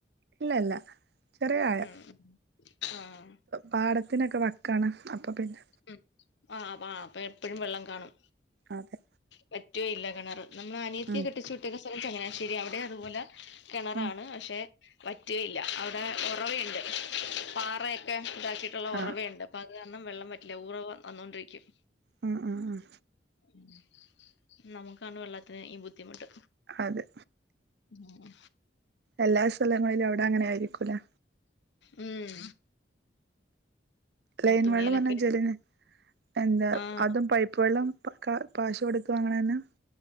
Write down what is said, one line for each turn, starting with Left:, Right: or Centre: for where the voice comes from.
Right: ഇല്ലല്ല ചെറിയ ആഴം
Left: ഉം ആഹ്
Right: പാടത്തിനൊക്കെ വക്കാണ് അപ്പൊ പിന്നെ
Left: ഉം ആഹ് അപ്പ അപ്പൊ എപ്പഴും വെള്ളകാണും
Right: അതെ
Left: വറ്റോയില്ല കെണറ് നമ്മള അനിയത്തിയെ
Right: ഉം
Left: കെട്ടിച്ചുവിട്ടക്കണ സ്ഥലത്ത് ചങ്ങനാശ്ശേരി അവിടെ അതുപോലെ കെണറാണ്
Right: ഉം
Left: പഷെ വറ്റേയില്ല അവിടെ ഒറവയണ്ട് പാറയൊക്കെതാക്കിയിട്ടുള്ള ഒറവേണ്ട്
Right: ആഹ്
Left: അപ്പത് കരണം വെള്ളം വറ്റില്ല ഉറവ വന്നോണ്ടിരിക്കും
Right: ഉം ഉം ഉം
Left: ഉം നമുക്കാണി വെള്ളത്തിനു ഈ ബുദ്ധിമുട്ട്
Right: അതെ
Left: ഇങ്ങനെ
Right: എല്ലാ സ്ഥലങ്ങളിലും അവിടെ അങ്ങനെയായിരിക്കുലേ
Left: ഉം
Right: ലൈൻ
Left: തുണിയലൊക്കെ
Right: വെള്ള പറഞ്ഞാ ജലനിധി എന്താ
Left: ആഹ്
Right: അതും പൈപ്പുവെള്ളം ഇപ്പൊക്കാ പാശൊടുത്തു വാങ്ങണന്നാ